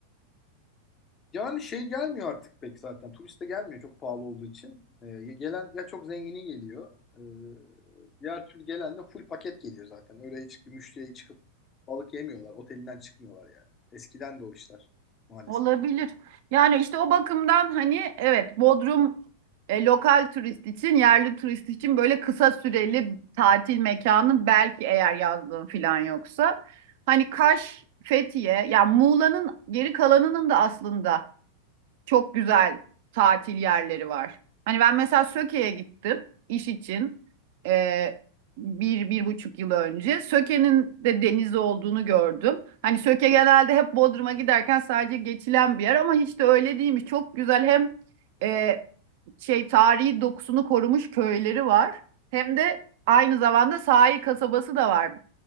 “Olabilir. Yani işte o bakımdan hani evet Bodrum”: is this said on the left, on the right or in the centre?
Right